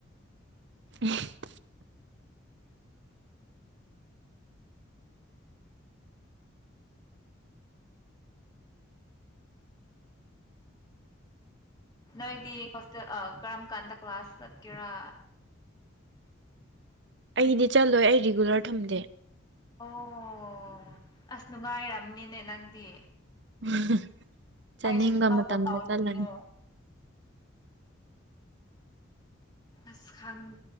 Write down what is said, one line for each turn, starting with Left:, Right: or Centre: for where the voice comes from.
Right: <unintelligible>
Left: ꯅꯣꯏꯗꯤ ꯍꯣꯁꯇꯦꯜ ꯑ ꯀꯔꯝ ꯀꯥꯟꯗ ꯀ꯭ꯂꯥꯁ ꯆꯠꯀꯦꯔꯥ?
Right: ꯑꯩꯗꯤ ꯆꯠꯂꯣꯏ ꯑꯩ ꯔꯤꯒꯨꯂꯔ ꯊꯝꯗꯦ꯫
Left: ꯑꯣ ꯑꯁ ꯅꯨꯡꯉꯥꯏꯔꯝꯅꯤꯅꯦ ꯅꯪꯗꯤ꯫
Right: <unintelligible> ꯆꯠꯅꯤꯡꯕ
Left: ꯑꯩꯁꯨ ꯁꯨꯃꯥꯏꯅ
Right: ꯃꯇꯝꯗ
Left: ꯇꯧꯅꯤꯡꯉꯦ
Right: ꯆꯠꯂꯅꯤ꯫
Left: ꯑꯁ ꯈꯪ